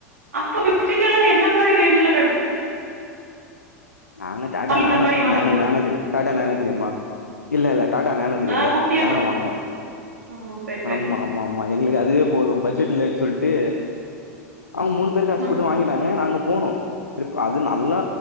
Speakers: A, on the right (about 80°); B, on the left (about 80°).
A: அப்றோ ஃபிஃப்டி கே லா என்ன மாரி ரேஞ்சில கெடச்
B: நாங்க டாடா
A: இந்த
B: நானோ
A: மாரி வாங்குனீங்
B: நேனோ நேனோ தெரியு டாடா நேனோ தெரியுமா இல்லல்ல டாடா நேனோ தெரியுல்ல
A: ஆ குட்டியா
B: நேனோ வாங்குனோ
A: ஆ சரி சரி
B: ஆமா ஆமா ஆமா எங்களுக்கு அதுவே போது பட்ஜெட் இல்லன் சொல்ட் டு அவங் மூணு பேரு காஸ்
A: ஆ
B: போட்டு வாங்கிட்டாங்க நாங்க போனோ <unintelligible> ப்பா அது நல்லா